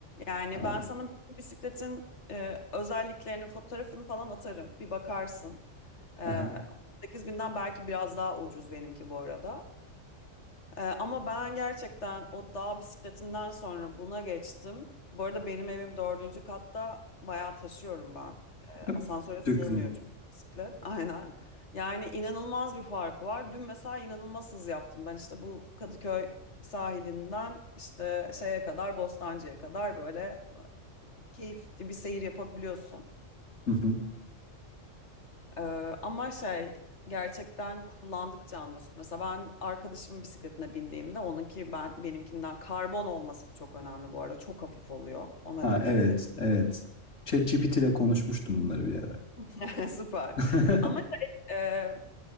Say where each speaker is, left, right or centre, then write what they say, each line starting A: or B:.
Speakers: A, on the left (about 60°); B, on the left (about 80°).
A: Yani
B: Tamam.
A: ben sana bütün bisikletin e, özelliklerini, fotoğrafını falan atarım. Bir bakarsın. E,
B: Aha.
A: 38 binden belki biraz daha ucuz benimki bu arada. E, ama ben gerçekten o dağ bisikletinden sonra buna geçtim. Bu arada benim evim dördüncü katta bayağı taşıyorum ben.
B: <laughs>
A: Asansöre sığmıyor
B: Çok güzel.
A: çünkü bisiklet. <laughs> Aynen. Yani inanılmaz bir fark var. Dün mesela inanılmaz hız yaptım. Ben işte bu Kadıköy sahilinden işte şeye kadar Bostancı'ya kadar böyle keyifli bir seyir yapabiliyorsun.
B: Hı hı.
A: Ee, ama şey gerçekten kullandıkça anlıyorsun. Mesela ben arkadaşımın bisikletine bindiğimde onunki ben benimkinden karbon olması çok önemli bu arada. Çok hafif oluyor. Ona
B: Ha
A: dikkat
B: evet,
A: edebilirim.
B: evet. ChatGPT ile konuşmuştum bunları bir ara.
A: <laughs> Süper.
B: <laughs>
A: Ama şey, e,